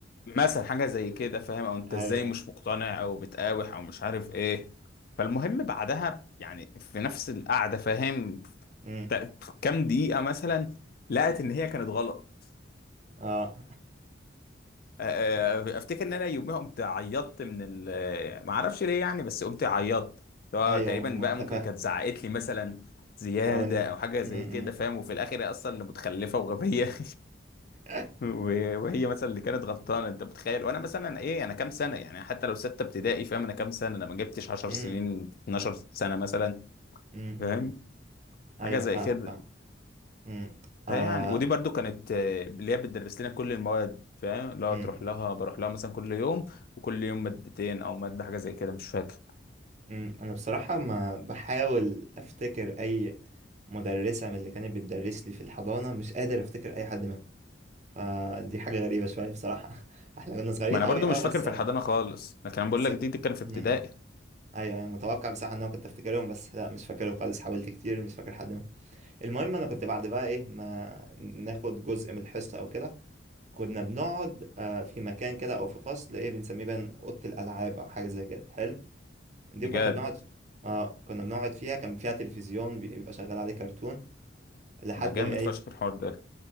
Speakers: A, on the left (about 50°); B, on the right (about 40°).
A: مثلا حاجة زي كده فاهم او انت
B: ايوه
A: ازاي مش مقتنع او بتقاوح او مش عارف ايه فالمهم بعدها يعني في نفس القعدة فاهم
B: امم
A: ت- كام دقيقة مثلا لقت ان هي كانت غلط
B: اه
A: آه،
B: فاهم.
A: آه، افتكر ان انا يوميها قمت عيطت من ال ما اعرفش ليه يعني بس قمت عيطت هو
B: ايوه
A: تقريبا
B: متفاهم
A: بقى ممكن كانت زعقت لي مثلا زيادة
B: او ان
A: او حاجة زي
B: امم
A: كده
B: امم
A: فاهم وفي الاخر هي اصلا اللي متخلفة وغبية <laughs>
B: <laughs>
A: و- وهي مثلا اللي كانت غلطانه انت متخيل وانا مثلا ايه انا كام سنه يعني حتى لو سته ابتدائي فاهم انا كام سنه انا ما جبتش 10
B: امم
A: سنين 12 سنه مثلا
B: امم، امم،
A: فاهم
B: امم. ايوه
A: حاجه زي
B: فاهمك
A: كده
B: فاهم امم
A: فيعني
B: آه
A: ودي برضو كانت آه، اللي هي بتدرس لنا كل المواد فاهم اللي هو
B: امم
A: تروح لها بروح لها مثلا كل يوم وكل يوم مادتين او ماده حاجه زي كده مش فاكر
B: امم انا بصراحه ما بحاول افتكر اي مدرسه من اللي كانت بتدرس لي في الحضانه مش قادر افتكر اي حد منهم فدي حاجة غريبة شوية بصراحة <laughs> احنا كنا صغيرين
A: ما انا
B: قوي
A: برضو
B: اه
A: مش
B: بس
A: فاكر في
B: انا
A: الحضانه خالص لكن انا بقول
B: بس
A: لك دي, دي كان في ابتدائي
B: امم ايوه انا متوقع بصراحة ان انا كنت افتكرهم بس لا مش فاكرهم خالص حاولت كتير مش فاكر حد منهم المهم انا كنت بعد بقى ايه ما ناخد جزء من الحصة او كده كنا بنقعد آه، في مكان كده او في فصل ايه بنسميه بقى اوضة الالعاب او حاجة زي كده حلو دي
A: بجد
B: كنا بنقعد اه كنا بنقعد فيها كان فيها تلفزيون بيبقى شغال عليه كرتون لحد
A: ما جامد
B: ما ايه
A: فشخ الحوار ده